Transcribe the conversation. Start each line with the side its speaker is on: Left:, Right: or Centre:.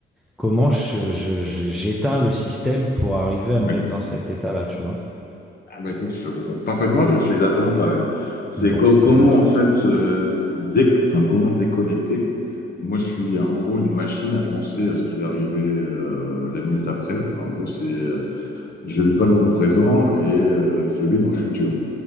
Centre: comment je, je- je- j'éteins le système pour arriver à me
Left: ouais.
Centre: mettre dans cet état-là, tu vois.
Left: Ah bah écoute, je comprends parfaitement, je suis exactement pareil. C'est
Centre: Bon,
Left: co-
Centre: c'est
Left: comment,
Centre: une bonne chose.
Left: en fait, euh, dé- enfin, comment déconnecter? Moi, je suis en gros une machine à penser à ce qui va arriver euh, la minute après. En gros, c'est, euh, je vis pas le moment présent et euh, je vis dans le futur.